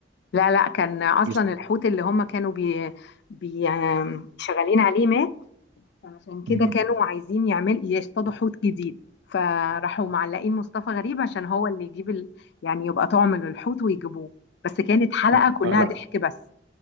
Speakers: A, on the left (about 60°); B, on the right (about 70°).
A: لا لا كان اصلا
B: بيست...
A: الحوت اللي هم كانوا بي بي آم، شغالين عليه مات فعشان كده
B: مم.
A: كانوا عايزين يعمل يصطادوا حوت جديد فراحوا معلقين مصطفى غريب عشان هو اللي يجيب ال... يعني يبقى طعم للحوت ويجيبوه بس كانت حلقه
B: آه،
A: كلها
B: لا
A: ضحك بس